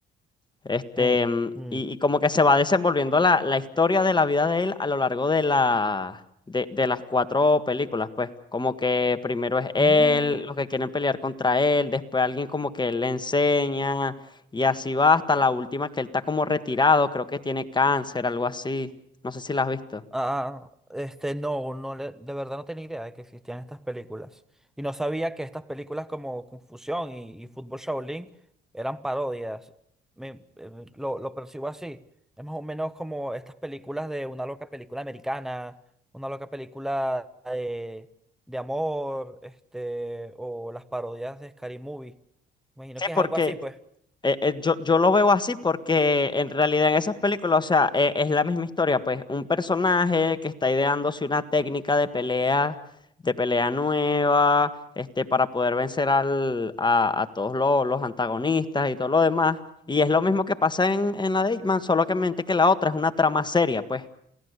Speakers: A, on the left; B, in the centre.
A: Este,
B: Eh,
A: mm,
B: mm.
A: y, y como que se va desenvolviendo la, la historia de la vida de él a lo largo de la, de, de las cuatro películas, pues. Como que primero es él,
B: Mm.
A: los que quieren pelear contra él, después alguien como que le enseña, y así va hasta la última que él está como retirado, creo que tiene cáncer, algo así. No sé si la has visto.
B: Ah, este, no, no le- de verdad no tenía idea de que existían estas películas. Y no sabía que estas películas como Confusión y, y Fútbol Shaolin eran parodias. Me- eh, lo, lo percibo así. Es más o menos como estas películas de una loca película americana, una loca película de, de amor, este, o las parodias de Scary Movie. Imagino
A: Sí,
B: que es
A: porque
B: algo así, pues.
A: eh, eh, yo, yo lo veo así porque en realidad en esas películas, o sea, eh, es la misma historia, pues un personaje que está ideándose una técnica de pelea, de pelea nueva, este, para poder vencer al, a, a todos lo- los antagonistas y todo lo demás. Y es lo mismo que pasa en, en la de Ip Man, solo que mente que la otra es una trama seria, pues,